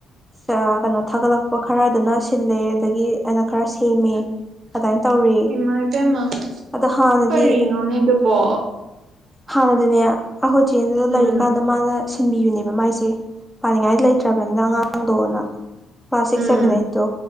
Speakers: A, in the centre; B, on the right (about 60°).
A: ꯀꯩꯅꯣ ꯊꯥꯒꯠꯂꯛꯄ ꯈꯔ ꯑꯗꯨꯅ ꯁꯤꯜꯂꯦ ꯑꯗꯒꯤ ꯑꯩꯅ ꯈꯔ ꯁꯦꯝꯃꯦ ꯑꯗꯨꯃꯥꯏꯅ ꯇꯧꯔꯤ
B: ꯏꯃꯥ ꯏꯕꯦꯝꯃ
A: ꯑꯗꯣ ꯍꯥꯟꯅꯗꯤ
B: ꯀꯔꯤꯅꯣꯅꯦ ꯑꯗꯨꯕꯣ
A: ꯍꯥꯟꯅꯗꯤꯅꯦ ꯑꯩꯈꯣꯏ ꯆꯦꯗꯨꯗ
B: ꯎꯝ
A: ꯂꯩꯔꯤꯀꯥꯟꯗ ꯃꯥꯅ ꯁꯤꯟꯕꯤꯌꯨꯅꯦꯕ ꯃꯥꯏꯁꯦ ꯄꯥꯅꯤꯡꯉꯥꯏ ꯂꯩꯇ꯭ꯔꯕꯅꯤꯅ ꯑꯉꯥꯡꯗꯣꯅ ꯀ꯭ꯂꯥꯁ ꯁꯤꯛꯁ
B: ꯎꯝ
A: ꯁꯚꯦꯟ ꯑꯩꯠꯇꯣ